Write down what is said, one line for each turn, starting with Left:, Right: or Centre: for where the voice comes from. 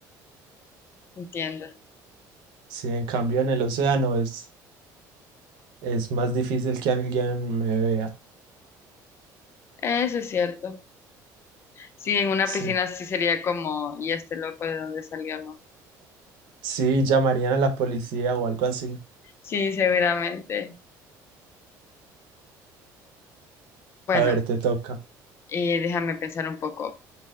Left: Entiendo.
Right: Sí, en cambio en el océano es, es más difícil que alguien me vea.
Left: Eso es cierto. Sí, en una
Right: Sí,
Left: piscina sí sería como, ¿y este loco de dónde salió, no?
Right: sí, llamarían a la policía o algo así.
Left: Sí, seguramente. Bueno,
Right: A ver, te toca.
Left: eh, déjame pensar un poco.